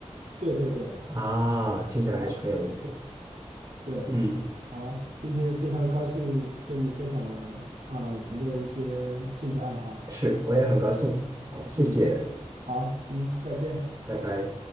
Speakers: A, on the right; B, on the right.
A: 对对对，
B: 啊，听起来还是很有意思，
A: 啊，对，
B: 嗯，
A: 好，今天非常高兴跟你分享啊我们的一些兴趣爱好，
B: 是，我也很高兴，好，谢谢，
A: 嗯，好，嗯，再见。
B: 拜拜。